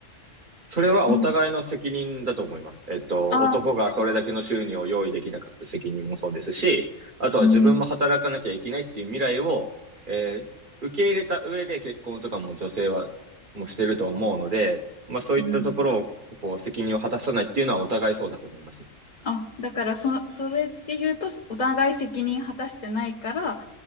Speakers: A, on the right; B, on the left.
A: それはお互いの責任だと思います。
B: うん。
A: えっと、
B: あー、
A: 男がそれだけの収入を用意できなかった責任もそうですし、あとは自分も働かなきゃいけないっていう未来を、
B: うん、
A: えー受け入れた上で結婚とかも女性はもうしてると思うので、まあそういったところをこう責任を果たさないっていうのはお互いそうだと思いますね。
B: うん。あ、だからそ、それで言うと、お互い責任果たしてないから、